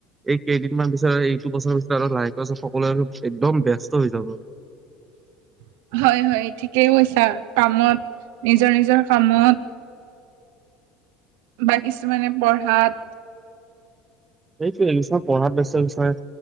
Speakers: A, on the right; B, on the right.
A: এই কেইদিনমান পিছত আৰু এইটো বছৰৰ পিছত আৰু লাহেকে সকলোৱে আৰু একদম ব্যস্ত হৈ যাব।
B: <inaudible> হয় হয় ঠিকেই কৈছা কামত নিজৰ নিজৰ কামত বা কিছুমানে পঢ়াত
A: সেইটোৱে কিছুমান পঢ়াত ব্যস্ত কিছুমানে